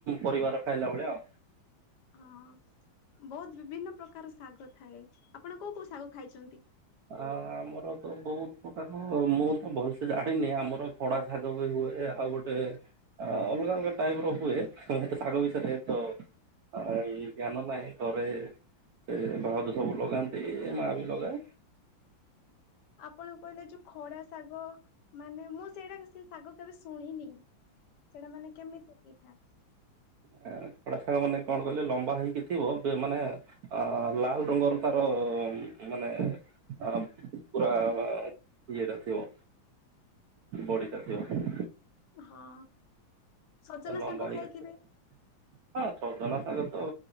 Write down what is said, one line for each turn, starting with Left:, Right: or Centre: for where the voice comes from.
Right: ପରିବାର ଖାଇଲା ଭଳିଆ ଆଉ।
Left: ହଁ। ବହୁତ ବିଭିନ୍ନ ପ୍ରକାର ଶାଗ ଥାଏ। ଆପଣ କୋଉ କୋଉ ଶାଗ ଖାଇଛନ୍ତି?
Right: ଆ ଆମର ତ ବହୁତ ପ୍ରକାର, ମୁଁ ତ ଭଲସେ ଜାଣିନି। ଆମର ଖଡ଼ା ଶାଗ ବି ହୁଏ। ଆଉ ଗୋଟେ ଏ ଅଲଗା ଅଲଗା ଟାଇପ ର ହୁଏ। ହେତ ଶାଗ ବିଷୟରେ ତ ଆଇ ଜ୍ଞାନ ନାହି। ଘରେ ଏ ଭାଉଜ ସବୁ ଲଗାନ୍ତି। ଏ ମା ବି ଲଗାଏ।
Left: ଆପଣ କହିଲେ ଯୋଉ ଖଡା ଶାଗ, ମାନେ ମୁଁ ସେଇଟା ସେ ଶାଗ କେବେ ଶୁଣିନି। ସେଇଟା ମାନେ କେମିତି ହେଇଥାଏ?
Right: ଖଡ଼ା ଶାଗ ମାନେ କଣ କହିଲେ ଲମ୍ବା ହେଇକି ଥିବ। ମାନେ ଅ ଲାଲ ରଙ୍ଗର ତାର ମାନେ ଅ ପୁରା ଇଏଟା ଥିବ ବଡ଼ିଟାଥିବ।
Left: ହଁ। ସଜନା
Right: ଆଉ ଲମ୍ବାଲିକା
Left: ଶାଗ ଖାଇଥିବେ
Right: ଟିକେ ହଁ ସଜନା ସାଗ ତ